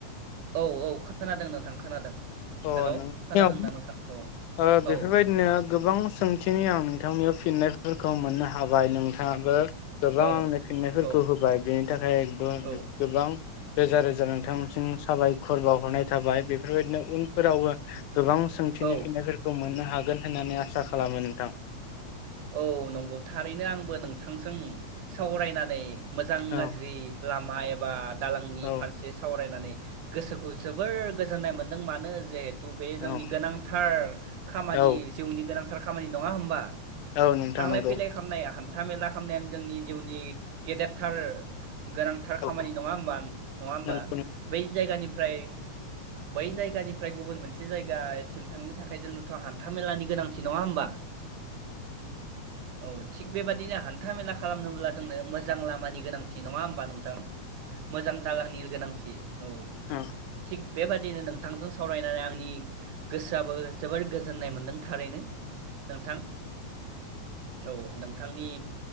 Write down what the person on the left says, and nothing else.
अ
नोंथांनियाव
ओ बेफोरबायदिनो
गोबां सोंथिनि ओं नोंथां। नियाव फिननायफोरखौ मोननो हाबाय नोंथांआबो गोबां
आंनो फिननायफोरखौ
होबाय बेनि थाखायबो
गोबां रोजा रोजा नोंथांनिसिम साबायखर बाव हरनाय थाबाय बेफोरबायदिनो उन फोरावबो गोबां सोंथिनि
फिन्नायफोरखौ मोननो हागोन। होननानै आसा खालामो नोंथां।
औ
औौ
औ
औ
औ नोंथां
नंगौ
औ
नंगौ
उम।